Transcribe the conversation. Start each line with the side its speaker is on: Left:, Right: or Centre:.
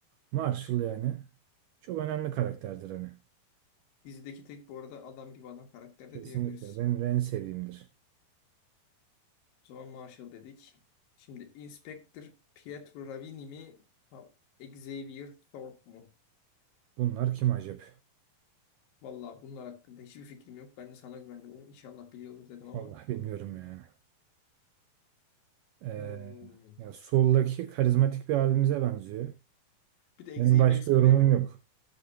Right: Marshall yani çok önemli karakterdir hani.
Left: Dizideki tek bu arada adam gibi adam karakter
Right: Kesinlikle
Left: de diyebiliriz.
Right: benim de en sevdiğimdir.
Left: O zaman Marshall dedik. Şimdi Inspector Pietro Ravini mi? Ha, Xavier Thorpe mu?
Right: Bunlar kim acaba?
Left: Vallahi bunlar hakkında hiçbir fikrim yok. Ben de sana güvendim. Onu inşallah biliyordur dedim
Right: <laughs>
Left: ama.
Right: Vallahi bilmiyorum ya. Ee,
Left: Hmm.
Right: ya soldaki karizmatik bir abimize benziyor.
Left: Bir de
Right: Benim
Left: Xavier
Right: başka
Left: ismi
Right: yorumum
Left: benim
Right: yok.